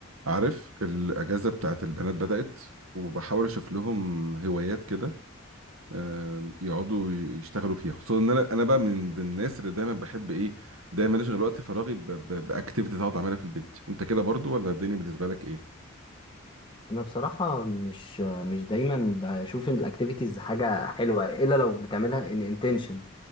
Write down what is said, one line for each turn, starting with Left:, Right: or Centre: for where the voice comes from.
Right: عارف الأجازة بتاعت البنات بدأت وبحاول أشوف لهم هوايات كده آم، يقعدوا ي- يشتغلوا فيها خصوصا ان انا انا بقى من ضمن الناس اللي دايما بحب ايه دايما اشغل وقت فراغي باكتيفيتي اقعد اعملها في البيت انت كده برضو ولا الدنيا بالنسبه لك ايه
Left: انا بصراحه مش مش دايما بشوف ان الاكتيفيتيز حاجه حلوه الا لو بتعملها ان انتنشن